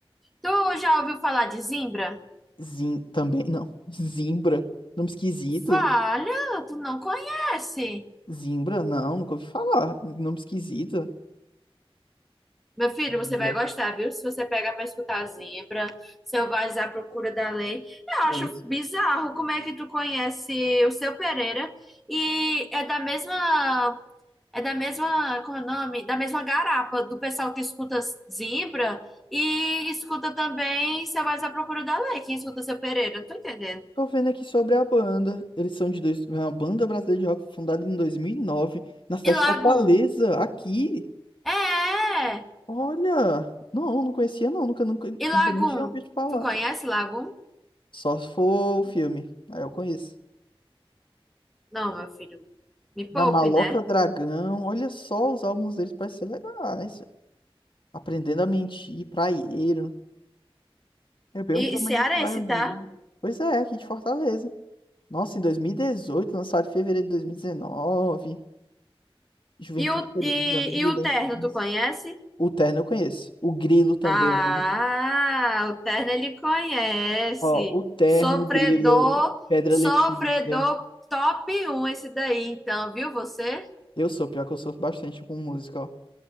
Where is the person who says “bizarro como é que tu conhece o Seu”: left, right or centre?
Centre